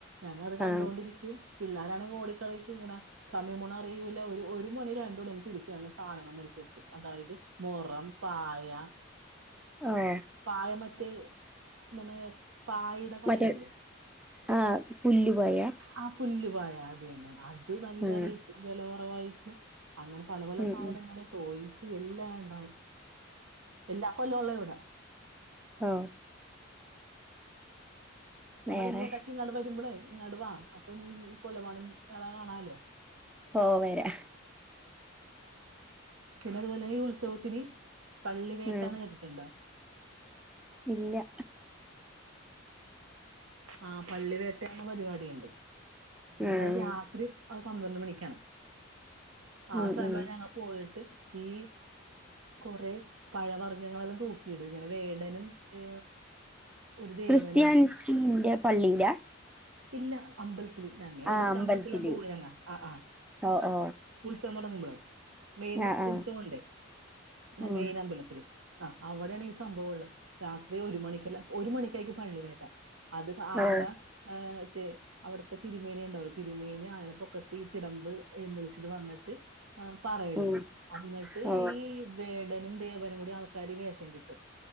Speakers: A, on the right; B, in the centre.
A: ഞങ്ങ അത് കണ്ടൊണ്ടിരിക്കും
B: ആഹ്
A: പിള്ളാരാണെങ്കിൽ ഓടിക്കളിക്കും ഇങ്ങനെ സമ്യംപോണേ അറയൂല്ല ഒരു മണി രണ്ട് മണി ആമ്പോ തിരിച്ച് ഞങ്ങ സാധനങ്ങമേടിച്ചെത്തും അതായത് മുറം പായ
B: ആഹ്
A: പായ മറ്റേ ന്താണ് പായയുടെ പായല്ലെ
B: മറ്റേ ആഹ് പുല്ലു പായാ
A: ആഹ് പുല്ല് പായ അത് തന്നെ അത്
B: ആഹ്
A: റൈറ്റ് വില കുറവായിരിക്കും. അങ്ങനെ പല പല
B: ഉം
A: സാധനങ്ങള്
B: ഉം
A: ടോയ്സ് എല്ലാം ഉണ്ടാവും. എല്ലാ കൊല്ലൊ ഉള്ളെ ഇവടെ
B: ആഹ്
A: ഞമ്മളിഞ്ഞെടക്കി
B: വേറെ
A: ഇങ്ങാട്ട് വരുമ്പളേ ഇങ്ങാട് വാ അപ്പൊ നീ കൊല്ലവാണം വിള കാണാലോ.
B: ഓ വരാ.
A: പിന്നെ അതുപോലെ ഈ ഉത്സവത്തിന് പള്ളി വേട്ടാന്ന്
B: ഉം
A: കേട്ട് തിണ്ടാ
B: ഇല്ല
A: ആഹ് പള്ളിവേട്ട എന്ന പരിപാടി ഉണ്ട്
B: ഉം
A: അതായത് രാത്രി- അത് പന്ത്രണ്ട് മണിക്കാണ് ആഹ്
B: ഉം
A: സമയം
B: ഉം
A: ഞങ്ങൾ പോയിട്ട് ഈ കൊറേ പഴവർഗങ്ങളൊക്കെ തൂക്കിടും ഇങ്ങനെ വേടനും ഏ ഒരു ദേവനുമാണ്
B: ക്രിസ്ത്യൻസിന്റെ പള്ളിയിലാ?
A: ഇല്ല അമ്പല്ത്തില് ഞങ്ങ
B: ആഹ്
A: ഇടയ്ക്ക്
B: അമ്പലത്തില്
A: അമ്പലത്തിലെല്ലാം പോ ഞങ്ങ ആഹ് ആഹ്
B: ഓ ഓ
A: ഉത്സവം തുടങ്ങുമ്പളെ മെയില്
B: ആഹ്
A: ആ
B: ആഹ്
A: ഉത്സവം ഉണ്ടേയ് ആ
B: ഉം
A: മെയ്ന അമ്പലത്തില്. ആഹ് അവിടെയാണ് ഈ സംഭവം ഉള്ളത് രാത്രി ഒരു മണിക്കെല്ലാം ഒരു മണിക്കാ ഈ പള്ളി വേട്ട- അത് ആന
B: ഓ
A: ഏ റ്റേ അവിടത്തെ തിരുമേനി ഉണ്ടാവില്ല തിരുമേനി അയാളെ പൊക്കത്ത് ഈ തിടമ്പ് എഴുന്നള്ളിച്ചിട്ട് വന്നിട്ട് ഈ പാറയെടുക്കും
B: ഉം
A: അന്നിട്ട്
B: ഓ
A: ഈ വേടനും ദേവനും കൂടി ആൾക്കാര് വേഷം കിട്ടും